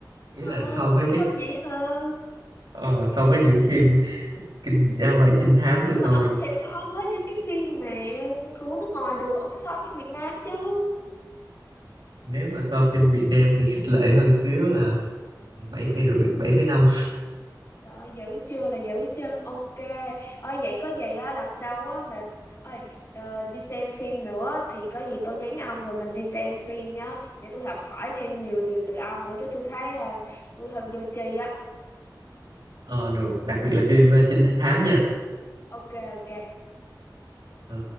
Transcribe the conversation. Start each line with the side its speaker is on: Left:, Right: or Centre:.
Right: ý
Left: Ờ,
Right: là so với cái
Left: Không vậy hả?
Right: ờ, so với những phim kinh à, vậy trinh thám tôi
Left: Sao mà
Right: coi
Left: ông có thể so với những cái phim mà của nước ngoài được? Ông phải so phim Việt Nam chứ.
Right: nếu mà so phim Việt Nam thì khích lệ hơn xíu là bảy phẩy rưỡi bảy phẩy năm
Left: Trời ơi, dữ chưa là dữ chưa? Ok. Ơi vậy có gì á, lần sau á mà ơi ờ, đi xem phim nữa thì có gì tôi nhắn ông rồi mình đi xem phim nhá để tôi học hỏi thêm nhiều điều từ ông nữa chứ tôi thấy ờ, tôi hơi vô tri á.
Right: ờ được đặc biệt là phim ờ, trinh thám nha
Left: Ok ok.
Right: Ờ.